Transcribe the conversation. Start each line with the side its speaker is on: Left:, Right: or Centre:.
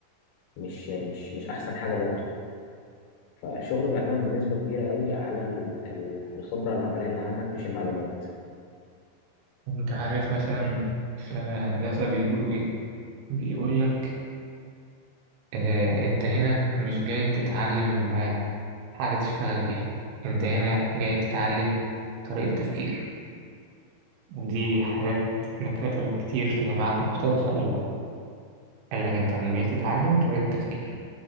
Left: مش مش مش احسن حاجه برضه فالشغل بيعتمد بنسبه كبيره قوي على ال- ال- الخبره العمليه اللي عندك مش المعلومات
Right: أنت عارف مثلا في هندسة بيقولوا إيه؟ بيقول لك آه، انت هنا مش جاي تتعلم آه، حاجة تشتغل بيها انت هنا جاي تتعلم طريقة تفكير ودي حاجات دكاترة كتير في جامعات مختلفة قالوها قال لك انت من جاي تتعلم طريقة تفكير